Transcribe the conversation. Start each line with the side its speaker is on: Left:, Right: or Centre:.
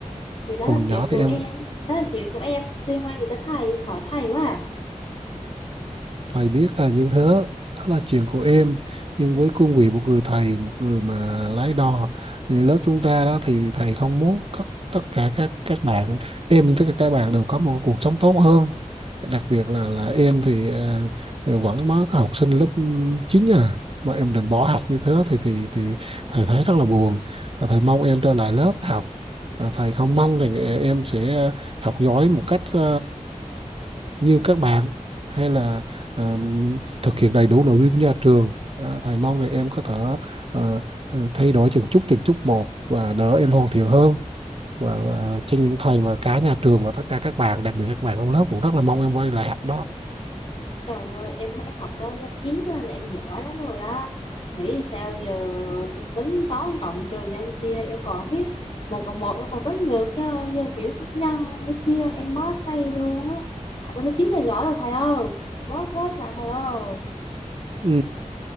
Left: Thì đó
Right: còn
Left: là chuyện
Right: nhỏ thì
Left: của
Right: em
Left: em Đó là chuyện của em liên quan gì tới thầy Bỏ thầy quá à
Right: Thầy biết là như thế, đó là chuyện của em. Nhưng với cương vị một người thầy, một người mà lái đò, thì lớp chúng ta đó thì thầy không muốn các, tất cả các các bạn, em như tất cả các bạn đều có một cuộc sống tốt hơn. Đặc biệt là là em thì, à, thì vẫn mới có học sinh lớp 9 à, mà em định bỏ học như thế thì thì thì thầy thấy rất là buồn. Và Thầy mong em trở lại lớp học. Và Thầy không mong rằng à, em sẽ học giỏi một cách à, như các bạn hay là à, thực hiện đầy đủ nội quy của nhà trường à, thầy mong là em có thể à, à, thay đổi từng chút từng chút một và đỡ em hoàn thiện hơn và à, trên những thầy mà cả nhà trường và tất cả các bạn đặc biệt các bạn trong lớp cũng rất là mong em quay lại học đó
Left: Trời ơi, em thấy em học tới lớp 9 á là em giỏi lắm rồi đó. Nghĩ sao giờ tính toán cộng trừ nhân chia em còn không biết. Một cộng một em còn tính được chứ như kiểu phép nhân phép chia em bó tay luôn á. Học tới lớp 9 là giỏi rồi thầy ơi. Bớt bớt lại thầy ơi.
Right: ừ